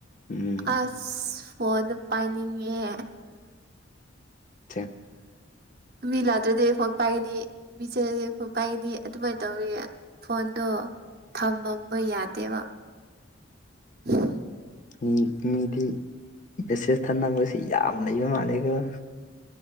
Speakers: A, on the left; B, on the right.
A: ꯎꯝ
B: ꯑꯁ ꯐꯣꯟꯗ ꯄꯥꯏꯅꯤꯡꯉꯦ
A: ꯑ <unintelligible>
B: ꯃꯤꯂꯥꯗ꯭ꯔꯦꯗꯤ ꯐꯣꯟ ꯄꯥꯏꯒꯅꯤ ꯃꯤꯆꯁꯦ <unintelligible> ꯐꯣꯟ ꯄꯥꯏꯅꯤ ꯑꯗꯨꯃꯥꯏꯅ ꯇꯧꯋ ꯐꯣꯟꯗꯣ ꯊꯝꯃꯝꯕ ꯌꯥꯗꯦꯕ ꯎꯝ <unintelligible>
A: ꯃꯤ ꯃꯤꯗꯤ ꯃꯦꯁꯦꯁ ꯊꯅꯕꯁꯤ ꯌꯥꯝ ꯂꯩꯕ ꯃꯥꯂꯦꯀꫭ